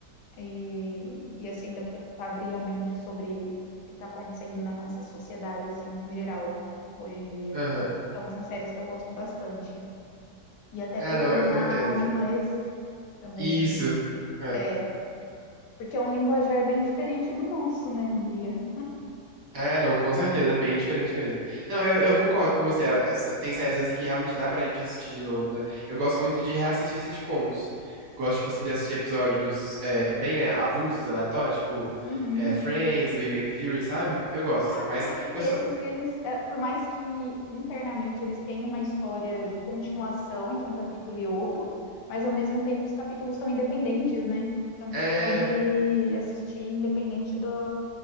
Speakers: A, on the left (about 80°); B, on the right (about 85°).
A: e, e assim dá para abrir a mente sobre o que está acontecendo na nossa sociedade, assim, num geral, hoje em dia.
B: Aham.
A: Então são séries que eu gosto bastante. E até
B: Ah,
A: para
B: não,
A: treinar
B: eu eu entendo.
A: o inglês também.
B: Isso. É.
A: É, Porque é um linguajar bem diferente do nosso, né, diria.
B: É, não, com certeza, é bem diferente mesmo. Não, eu, eu concordo com você. a- essa- tem séries assim que realmente dá pra gente assistir de novo, né? Eu gosto muito de reassistir sitcoms. Gosto, tipo assim, de assistir episódios é, bem é, avulsos, aleatórios, tipo
A: Uhum.
B: é, Friends, The Big Bang Theory, sabe? Eu gosto,
A: Ah,
B: assim, mas
A: não, é porque
B: eu
A: esses,
B: só.
A: eles, é, por mais que internamente eles tenham uma história de continuação entre um capítulo e outro, mas ao mesmo tempo os capítulos são independentes, né? Então você
B: É,
A: pode assistir independente do,